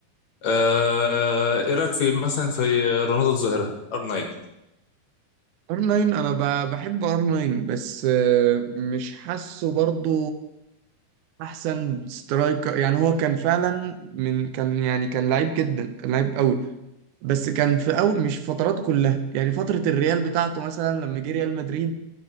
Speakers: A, on the left; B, on the right.
A: آه ايه رايك في مثلا في رونالدو الظاهره ار 9
B: ار 9 انا ب- بحب ار 9 بس آه، مش حاسه برضو احسن سترايكر يعني هو كان فعلا من كان يعني كان لعيب جدا كان لعيب قوي بس كان في أول مش في فتراته كلها يعني فترة الريال بتاعته مثلا لما جه ريال مدريد